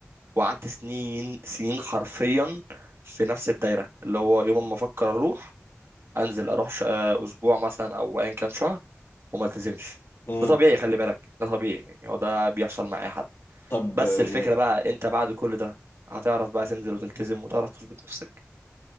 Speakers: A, on the right; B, on the left.
A: وقعدت سنين سنين حرفيا في نفس الدايرة اللي هو يوم ما افكر اروح انزل اروح ش- آه، اسبوع مثلا او ايا كان شهر وما التزمش
B: مم.
A: ده طبيعي خلي بالك ده طبيعي يعني هو ده بيحصل مع اي حد
B: طب
A: بس
B: آه،
A: الفكرة
B: يعني
A: بقى انت بعد كل ده هتعرف بقى تنزل وتلتزم وتعرف تظبط نفسك